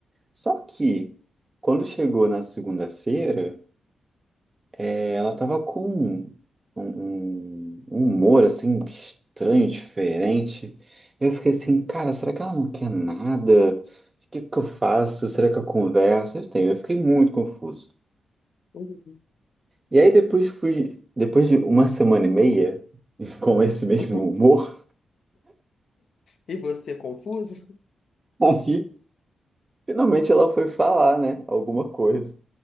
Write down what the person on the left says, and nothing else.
uhum.
<laughs>
E você confuso?